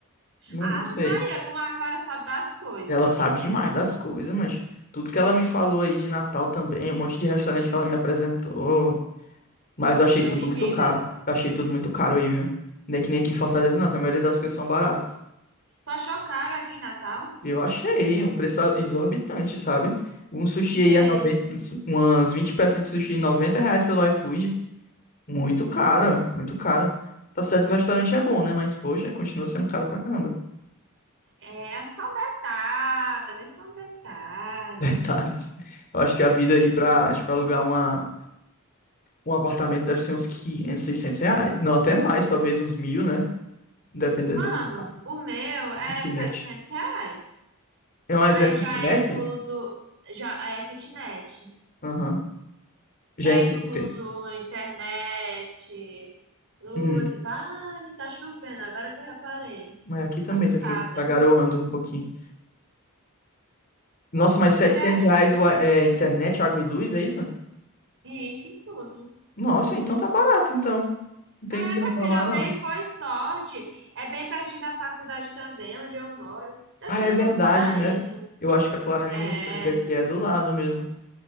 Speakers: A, on the left (about 40°); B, on the right (about 60°).
A: Não,
B: Ave
A: não sei.
B: Maria, como a Clara sabe das coisas.
A: Ela sabe demais das coisas, mas tudo que ela me falou aí de Natal também, um monte de restaurante que ela me apresentou, mas eu
B: A
A: achei
B: bicha
A: tudo
B: é vivida.
A: muito caro. Eu achei tudo muito caro aí, viu? Não é que nem aqui em Fortaleza, não, que a maioria das coisas são baratas.
B: Tu achou caro aqui em Natal?
A: Eu achei um preço exorbitante, sabe? Um sushi
B: Sei.
A: aí é 90, umas 20 peças de sushi, 90 reais pelo iFood. Muito caro,
B: É.
A: muito caro. Tá certo que o restaurante é bom, né? Mas, poxa, continua sendo caro pra caramba.
B: É só um detalhe, é só um detalhe.
A: <laughs> Detalhes. Eu acho que a vida aí pra, tipo, alugar uma, um apartamento deve ser uns 500, 600 reais. Não, até mais, talvez uns mil, né? Dependendo
B: Mano,
A: do lugar.
B: o meu é
A: Kitnet.
B: 700 reais,
A: É mais
B: mas
A: é kitnet?
B: já é incluso, já é kitnet,
A: Aham.
B: já
A: Já inclui
B: é incluso
A: o quê?
B: internet, luz,
A: Hum.
B: vale, tá chovendo, agora que eu reparei,
A: Mas aqui também
B: passada.
A: tá, tá garoando um pouquinho. Nossa, mas 700
B: Mas é
A: reais
B: isso,
A: o a- é, internet, água e luz, é isso?
B: e isso incluso.
A: Nossa, então tá barato, então. Não tenho
B: É,
A: que
B: meu
A: reclamar,
B: filho, eu
A: não.
B: dei, foi sorte. É bem pertinho da faculdade também, onde eu moro. Meu
A: Ah,
B: filho,
A: é
B: eu
A: verdade,
B: tô no paraíso.
A: né? Eu acho que a Clara me
B: É,
A: mostrou que aqui é do lado mesmo.